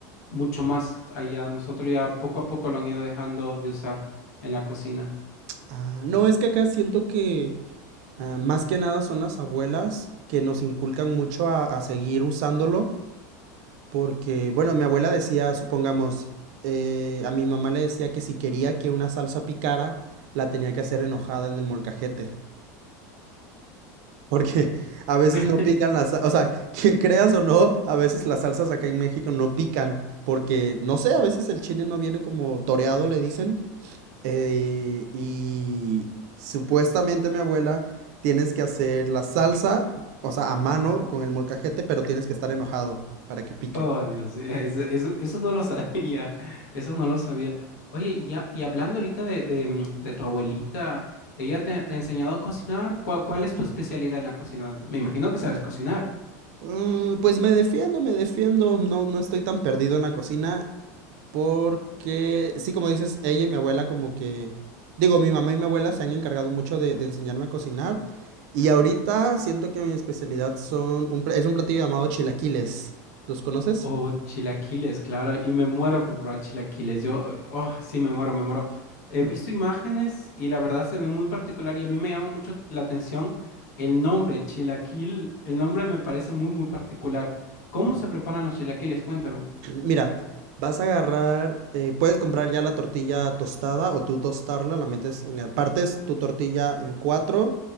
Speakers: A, on the left (about 85°); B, on the right (about 65°).
A: mucho más allá. Nosotros ya poco a poco lo han ido dejando de usar en la cocina.
B: Ah, no, es que acá siento que Ah, más que nada son las abuelas que nos inculcan mucho a, a seguir usándolo, porque, bueno, mi abuela decía, supongamos, eh, a mi mamá le decía que si quería que una salsa picara, la tenía que hacer enojada en el molcajete, porque <laughs> a veces
A: <laughs>
B: no pican las, o sea, que creas o no, a veces las salsas acá en México no pican, porque, no sé, a veces el chile no viene como toreado, le dicen, eh, y supuestamente mi abuela tienes que hacer la salsa, o sea, a mano con el molcajete, pero tienes que estar enojado para que pique.
A: Oh, Dios, eh, eso, eso- eso no lo sabía, eso no lo sabía. Oye, y ya, y hablando ahorita de, de, mm, de tu abuelita, ¿ella te, te ha enseñado a cocinar? ¿Cuál, cuál es tu especialidad en la cocina? Me imagino que sabes cocinar.
B: Mm, pues me defiendo, me defiendo. No, no estoy tan perdido en la cocina porque, sí, como dices, ella y mi abuela como que, digo, mi mamá y mi abuela se han encargado mucho de, de enseñarme a cocinar y ahorita siento que mi especialidad son un, pla- es un platillo llamado chilaquiles. ¿Los conoces?
A: Oh, chilaquiles, claro, y me muero por probar chilaquiles. Yo, eh, oh, sí, me muero, me muero. He visto imágenes y la verdad se ve muy particular y a mí me llama mucho la atención el nombre, chilaquil. El nombre me parece muy, muy particular. ¿Cómo se preparan los chilaquiles? Cuéntame.
B: Mira, vas a agarrar, eh, puedes comprar ya la tortilla tostada o tú tostarla, la metes en, partes tu tortilla en cuatro,